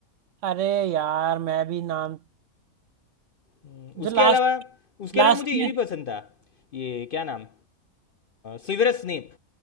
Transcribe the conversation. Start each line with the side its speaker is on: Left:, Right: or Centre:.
Right: अरे यार मैं भी नाम
Left: हम्म,
Right: जो
Left: उसके
Right: लास्ट
Left: अलावा उसके
Right: लास्ट
Left: अलावा मुझे ये
Right: में
Left: भी पसंद था ये क्या नाम सिवरस स्नेप